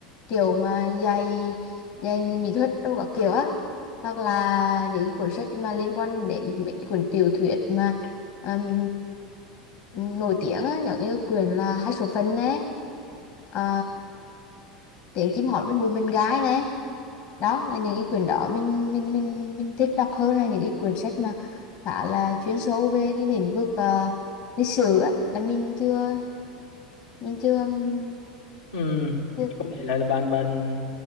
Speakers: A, on the left; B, on the left.
A: kiểu mà dạy dạy mỹ thuật đâu các kiểu á, hoặc là những cái cuốn sách mà liên quan đến mấy cái cuốn tiểu thuyết mà ừm, nổi tiếng á, giống như quyển là hai số phận nè à, tiếng chim hót bên bụi mình gái nè đó là những cái quyển đó mình mình mình mình thích đọc hơn là những cái quyển sách mà khá là chuyên sâu về cái lĩnh vực ờ, lịch sử á, là mình chưa mình chưa ừm,
B: ừ
A: chưa
B: có nghĩa là, là bạn bạn